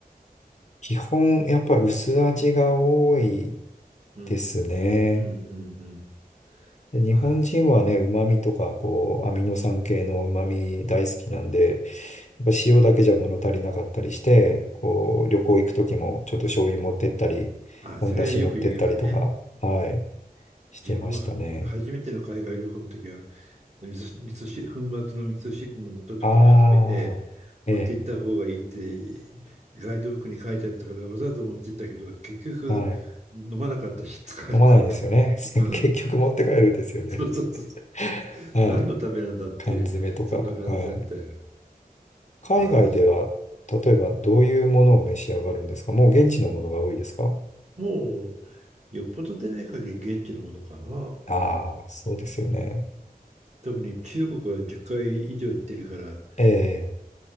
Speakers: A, on the left; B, on the right.
A: 基本やっぱ薄味が多い
B: うん。
A: ですね。
B: うんうん
A: で日本人はね、
B: うん。ああ、す
A: 旨味とかこうアミノ酸系の旨味大好きなんで、やっぱ塩だけじゃ物足りなかったりして、こう、旅行行く時もちょっと醤油持ってったり、
B: ああそれはよく言うわね。
A: 本だし持ってったりとか、はい、してましたね。
B: 自分もは初めての海外旅行の時は味噌、味噌汁、粉末の味噌汁の素とか含めて持って行った方がいいって
A: ああ、ええ、
B: ガイドブックに書いてあったからわざわざ持って行ったけど結局飲まなかったし使わなかった。
A: はい。飲まないですよね。<laughs>
B: うん。
A: 結局持って帰るんですよね。
B: そうそうそう。
A: <laughs> はい。
B: 何のためなんだっていうね、
A: 缶詰とか、
B: そんな感じだったよ。
A: はい。海外では、
B: ああ、
A: 例えばどういうものを召し上がるんですかもう現地のものが多いですか
B: もうよっぽど出ない限り現地のものかな。
A: ああー、そうですよね。
B: 特に中国は10回以上行ってるから
A: ええ、